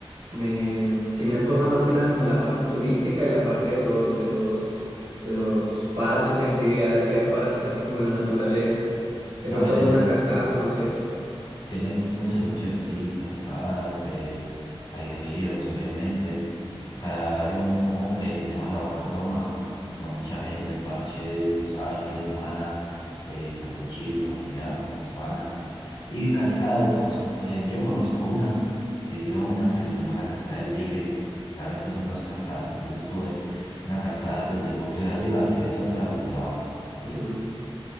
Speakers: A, on the right; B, on the left.
A: me, mm, sí me antoja más que nada como la parte turística y la parte de los, de los, de los parches y actividades que hayan para hacer así como en la naturaleza. De
B: No,
A: pronto
B: y tienes
A: alguna cascada conoces.
B: Tienes muchas opciones, sí, cascadas, eh, hay ríos, obviamente. Acá hay uno muy común que se llama La Boca Toma. Va mucha gente, el parche, tú sabes, fin de semana, eh, sancochito, familiar o con las panas. Y cascadas, conozco- eh, yo conozco una, he ido a una que se llama la Cascada del Tigre. Realmente son dos cascadas, entonces tú ves una cascada desde el punto de arriba y ves otra desde abajo, ¿entiendes?
A: Ujú,